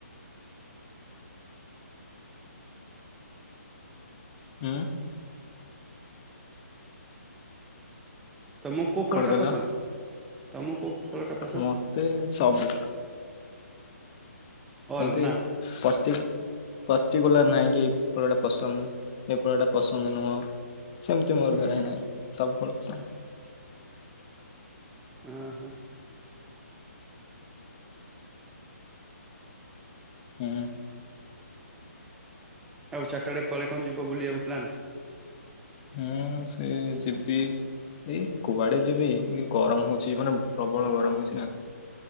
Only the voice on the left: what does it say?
ହୁଁ।
କଣ
କହିଲ?
ମତେ ସବୁ। ସେନ୍ତି
ପଟିଗ୍ ପର୍ଟିଗୁଲାର ନାହିଁ କି ଏଇ ଫଳଟା ପସନ୍ଦ ଏ ଫଳଟା ପସନ୍ଦ ନୁହଁ। ସେମତି ମୋର
ଦ୍ଵାରା ହି ନାଇଁ ସବୁ ଫଳ ପସନ୍ଦ।
ହୁଁ।
ହୁଁ ସେ ଯିବି ଏଇ କୁଆଡେ ଯିବି ଗରମ ହଉଛି ମାନେ ପ୍ରବଳ ଗରମ ହଉଛି ନା।